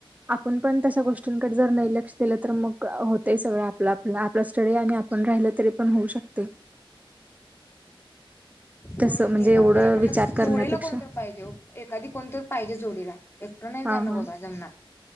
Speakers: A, on the right; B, on the left.
A: आपण पण तशा गोष्टींकडे जर नाही लक्ष दिलं तर मग होते सगळं आपलं आपलं. आपलं स्टडी आणि आपण राहिल तरी पण होऊ शकते. तसं
B: होय
A: म्हणजे
B: ते बरोबर
A: एवढं
B: आहे पण
A: विचार करण्यापेक्षा
B: जोडीला कोणतर पाहिजे ओ. एखादी कोणतर पाहिजे जोडीला. एकट नाही जाण
A: हा हा
B: बबा जुना